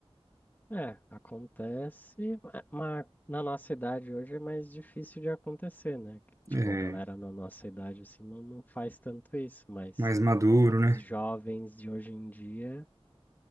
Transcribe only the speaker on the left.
É, acontece, ma- mas na nossa idade hoje é mais difícil de acontecer, né? Que, Tipo,
a galera na nossa idade assim não, não faz tanto isso, mas
os jovens de hoje em dia